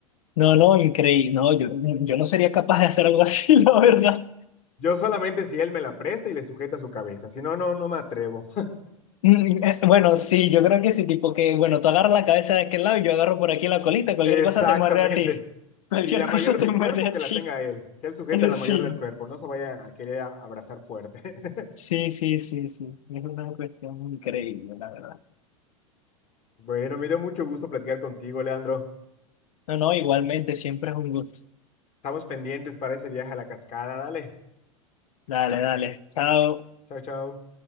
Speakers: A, on the left (about 70°); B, on the left (about 40°).
A: no, no, increíble, no, yo, yo no sería capaz de hacer algo así, <laughs> la verdad.
B: Yo solamente si él me la presta y le sujeta su cabeza, si no, no, no me atrevo.
A: Mm, eh, Bueno, sí, yo creo que sí, tipo que, bueno, tú agarras la cabeza de aquel lado y yo agarro por aquí la colita,
B: <laughs>
A: cualquier
B: Exactamente.
A: cosa te muerde a ti, cualquier
B: Y la mayor
A: cosa te
B: del
A: muerde
B: cuerpo
A: a
B: que
A: ti,
B: la tenga él, que él sujete
A: <laughs>
B: la
A: sí.
B: mayor del cuerpo, no se vaya a querer a- abrazar fuerte. <laughs>
A: Sí, sí, sí, sí. Es una cuestión increíble, la verdad.
B: Bueno, me dio mucho gusto platicar contigo, Leandro.
A: No, no, igualmente, siempre es un gusto.
B: Estamos pendientes para ese viaje a la cascada. Dale.
A: Dale, dale. Chao.
B: Chao, chao.